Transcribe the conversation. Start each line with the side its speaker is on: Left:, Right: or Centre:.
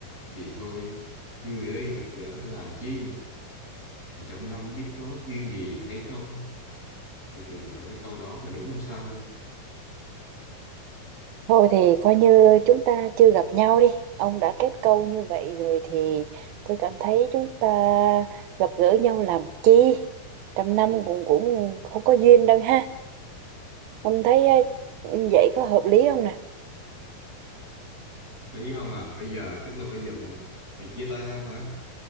Left: Thì thôi, người ơi gặp gỡ làm chi? thì trăm năm biết có duyên gì hay không cô từng ở cái câu đó là đúng hay sai
Right: Thôi thì coi như chúng ta chưa gặp nhau đi. Ông đã kết câu như vậy rồi thì tôi cảm thấy chúng ta gặp gỡ nhau làm chi? Trăm năm cũng cũng không có duyên đâu ha. Ông thấy ờ, vậy có hợp lý không nè?
Left: hợp lý không à bây giờ tức là bây giờ mình mình chia tay nhau hả